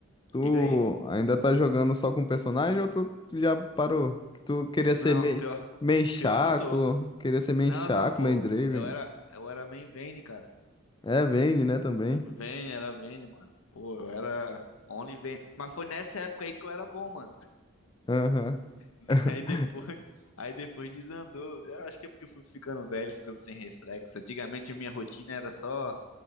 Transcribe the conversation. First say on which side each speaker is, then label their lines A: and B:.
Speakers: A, on the left; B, on the left.
A: Tu
B: Diga aí.
A: ainda tá jogando só com personagem ou tu já parou? Que tu queria
B: Não,
A: ser meio,
B: pior,
A: meio Shaco,
B: pior que eu tô.
A: queria ser meio
B: Não,
A: Shaco,
B: não, pô.
A: meio Draven.
B: Eu era, eu era main Vayne, cara.
A: É, Vayne, né, também.
B: Vayne, era Vayne, mano. Pô, eu era only Vayne. Mas foi nessa época aí que eu era bom, mano.
A: Aham.
B: <laughs>
A: <laughs>
B: Aí depois, aí depois desandou. Eu acho que é porque eu fui ficando velho, ficando sem reflexo. Antigamente minha rotina era só